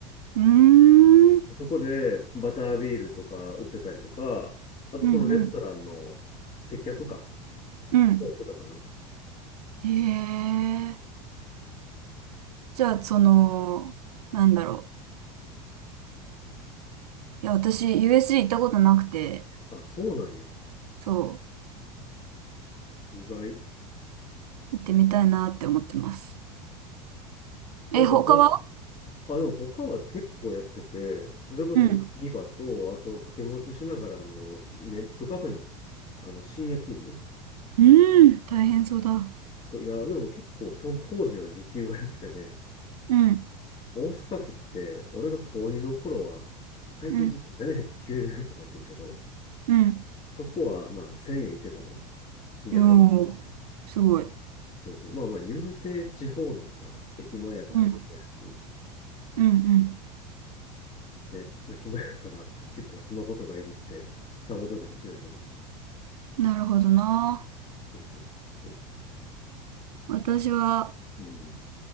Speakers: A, on the right; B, on the left.
A: うーん、
B: そこでバタービールとか売ってたりとか、あとそのレストランの接客か。
A: うん、うん、うん。
B: やってたかな。
A: へえ。じゃあ、その、なんだろう。いや、私、u s g 行ったことなくて、
B: あ、そうなんや。
A: そ
B: 意外。
A: う、行ってみたいなって思ってます。
B: なんか、
A: え、他は
B: まあ、でも他は結構やってて、それこそニバと、
A: うん。
B: あと掛け持ちしながら、あの、ネットカフェの、あの、深夜勤務。
A: うーん、大変そうだ。う
B: そう、いや、でも結構その当時は時給が良くてね、
A: ん、
B: 大阪府って俺が高2の頃は最低時給790円とかやってんけど、
A: うん、うん。
B: そこはまあ1000円いってたのよ。深夜バイト。
A: よー、すごい。
B: そうそう。まあまあ言うて地方のさ、駅前やから暇やし、
A: うん、うん、うん。
B: ね、まあ暇やから結構スマホとかいじってサボってたりしてたけど、
A: なるほどな。
B: そうそうそう
A: 私は
B: そう。うん。